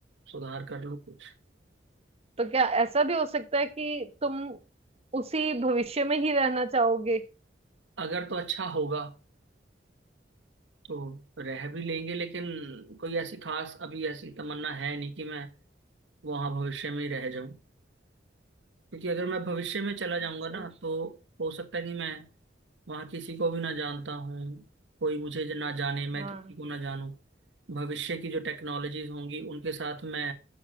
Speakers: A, on the right (about 80°); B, on the right (about 35°).
A: सुधार कर लूं कुछ
B: तो क्या ऐसा भी हो सकता है कि तुम उसी भविष्य में ही रहना चाहोगे
A: अगर तो अच्छा होगा तो रह भी लेंगे लेकिन कोई ऐसी खास अभी ऐसी तमन्ना है नहीं कि मैं वहां भविष्य में ही रह जाऊं क्योंकि अगर मैं भविष्य में चला जाऊंगा
B: सही
A: ना तो हो सकता है कि मैं वहां किसी को भी ना जानता हूँ कोई मुझे ना जाने मैं
B: हाँ
A: किसी को ना जानूं भविष्य की जो टेक्नोलॉजीज होंगी उनके साथ मैं